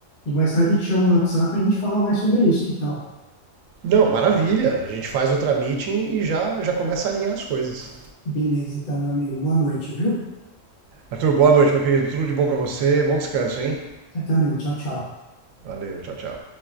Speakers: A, on the left (about 50°); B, on the right (about 90°).
A: E mais tarde eu te chamo no WhatsApp e a gente fala mais sobre isso, que tal?
B: Não, maravilha. A gente faz outra meeting e já, já começa a alinhar as coisas.
A: Beleza, então, meu amigo. Boa noite, viu?
B: Arthur, boa noite, meu querido. Tudo de bom pra você. Bom descanso, hein?
A: Você também. Tchau, tchau.
B: Valeu, tchau, tchau.